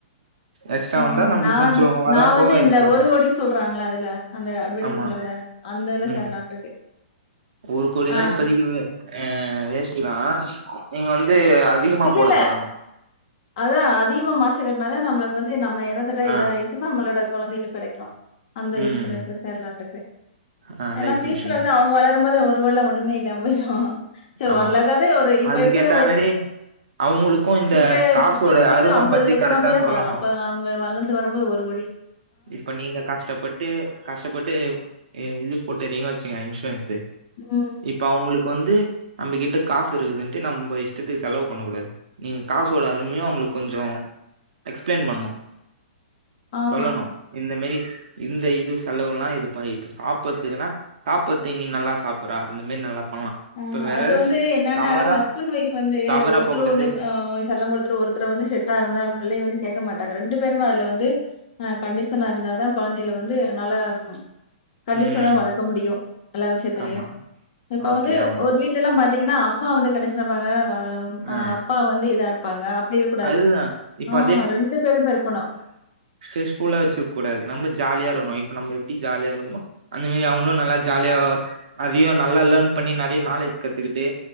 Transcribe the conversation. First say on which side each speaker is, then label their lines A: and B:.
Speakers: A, on the right (about 55°); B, on the left (about 45°).
A: எக்ஸ்ட்ரா
B: ஆ
A: வந்தா நம்மளுக்கு
B: நா வந்
A: கொஞ்சோ வரப்போ
B: நா வந்து இந்த
A: எக்ஸ்ட்ரா
B: ஒரு
A: வரு
B: கோடினு சொல்றாங்கில்ல அதுல அந்த அட்வர்டைஸ்மெண்ட்ல
A: ஆமா
B: கூட அந்த இதுல
A: ம்
B: சேரலானுட்டு இருக்கே
A: ஒரு கோடில்லா
B: ஆ
A: இப்பதைக்கு அ வேஸ்ட் தா நீங்க வந்து அதிகமா
B: இல்லல்ல
A: போட பாக்கணு
B: அதா அதிகமா மாச கட்னாதா நம்மளுக்கு வந்து நம்ம எறந்துட்டா இதா
A: ஆ
B: யூஸ் நம்மளோட கொழந்தைங்களுக்கு கெடைக்கு அந்த
A: ம்
B: இன்சூரன்ஸ்ல சேரலான்ட்டு இருக்கே
A: ஆ
B: ஏன்னா
A: லைஃப்
B: பியூச்சர்ல
A: இன்சூரன்ஸ்
B: வந்து அவங்க வளரும் போது ஒரு கோடில்லா ஒண்ணுமே இல்லாம போயிரு சேரி
A: ஆமா
B: ஒரளவுக்காது ஒரு இப்ப
A: அதுக்கேத்த
B: இருக்கற ஒரு
A: மாரி அவங்களுக்கு இந்த
B: இப்ப
A: காசோட
B: இப்ப இதுக்கு
A: அரும
B: வந்து அம்பது
A: பத்தி
B: லட்ச
A: கரெக்டா
B: ரூபா மேல
A: சொல்லணு
B: அப்ப அவங்க வளந் து வரும்போது ஒரு கோடி
A: இப்ப நீங்க கஷ்டப்பட்டு கஷ்டப்பட்டு அ இது போட்டுறீங்க வச்சுங்க இன்சூரன்ஸ்சு
B: உம்
A: இப்ப அவுங்களுக்கு வந்து நம்மகிட்ட காசு இருக்குதுன்ட்டு நம்ப இஷ்டத்துக்கு செலவு பண்ணக் கூடாது நீங்க காசோட அருமைய அங்களுக்கு கொஞ்சோ எக்ஸ்பிளென் பண்ணும்
B: ஆமா.
A: சொல்லணு இந்த மெறி இந்த இது செலவுல்லா இது ப இப்ப சாப்றதுக்குன்னா சாப்பற்து நீ நல்லா சாப்புற்றா அந்த மாறி நல்லா பண்லா
B: ஆ
A: இப்ப வேற
B: அது
A: ஏதாச்சு
B: வந்து என்னன்னா
A: தவறா
B: ஹஸ்பண்ட் ஒய்ஃப் வந்து
A: தவறா
B: ஒருத்தர்
A: போக கூடாது
B: ஒண்ணு செல்லம் குடுத் ஒருத்தர் ஒருத்தர வந்து ஷெட்டா இருந்தா பிள்ளைய வந்து கேக்க மாட்டாங்க ரெண்டு பேருமே அதுல வந்து அ கண்டிஷனா இருந்தாதா கொழந்தைல வந்து நல்லா கண்டிஷனா
A: ம்
B: வளக்க முடியு எல்லா விஷயத்தலையு
A: ஆமா
B: இப்ப
A: ஓகே
B: வந்து
A: ஆமா
B: ஒரு வீட்ல எல்லா பாத்தீங்கன்னா அம்மா வந்து கண்டிஷனா இருப்பாங்க
A: ஆ
B: அப்பா வந்து இதா இருப் பாங்க அப்டி இருக்க கூடாது
A: அதுதா இப்ப
B: ஆ ரெண்டு பேருமே இருக்கணு
A: ஸ்ட்ரெஸ் ஃபுல்லா வச்சிருக்கூடாது நம்ம ஜாலியா இருக்கணு இப்ப நம்ம எப்டி ஜாலியா இருக்கணுமோ அந்த மாறி அவங்களும் நல்லா ஜாலியா நறிய நல்லா லேர்ன் பண்ணி நறிய நாலேஜ் கத்துக்கிட்டு